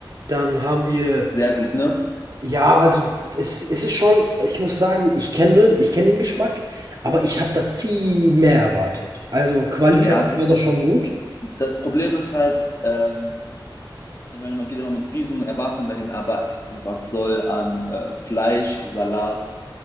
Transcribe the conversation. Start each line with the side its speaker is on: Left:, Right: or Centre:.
Right: Dann haben wir,
Left: Sehr gut, ne?
Right: ja, also es, es ist schon, ich muss sagen, ich kenne den, ich kenne den Geschmack, aber ich habe da viel mehr erwartet. Also qualitativ
Left: Ja, das,
Right: war das schon gut.
Left: das Problem ist halt, ähm, ich meine, man geht immer mit riesen Erwartungen dahin, aber was soll an äh, Fleisch, Salat,